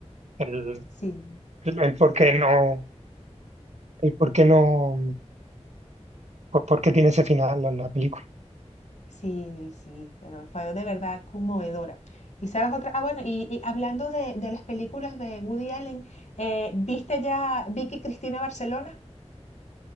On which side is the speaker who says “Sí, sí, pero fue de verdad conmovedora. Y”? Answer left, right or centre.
Left